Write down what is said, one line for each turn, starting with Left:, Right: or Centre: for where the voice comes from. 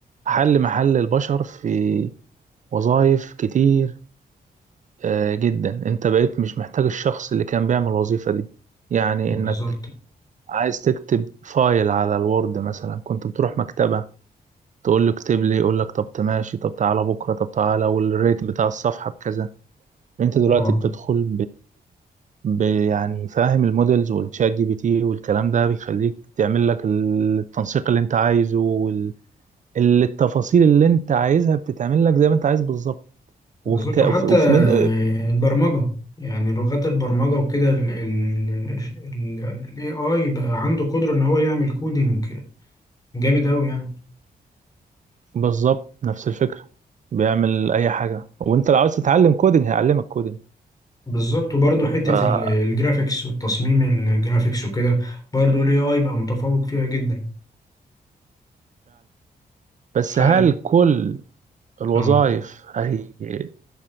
Right: حل محل البشر في وظائف كتير آه، جدا انت بقيت مش محتاج الشخص اللي كان بيعمل الوظيفة دي يعني
Left: بالظبط
Right: انك عايز تكتب فايل على الوورد مثلا كنت بتروح مكتبة تقول له اكتب لي يقول لك طب تماشي طب تعالى بكرة طب تعالى والريت بتاع الصفحة بكذا انت دلوقتي
Left: اه
Right: بتدخل ب- يعني فاهم المودلز والشات جي بي تي والكلام ده بيخليك تعمل لك التنسيق اللي انت عايزه وال... ال- التفاصيل اللي انت عايزها بتتعمل لك زي ما انت عايز بالظبط
Left: بالظبط
Right: وفي ك...
Left: وحتى
Right: وفي وفي من
Left: البرمجه يعني لغات البرمجه وكده ال AI بقى عنده قدره ان هو يعمل كودينج جامد قوي يعني
Right: بالظبط نفس الفكرة بيعمل اي حاجة وانت لو عاوز تتعلم كودينج هيعلمك كودينج
Left: بالظبط وبرضه حتة
Right: ففعلا
Left: ال- الجرافيكس والتصميم الجرافيكس وكده برضه ال AI بقى متفوق فيها جدا
Right: بس
Left: ف
Right: هل كل الوظائف
Left: اه
Right: هي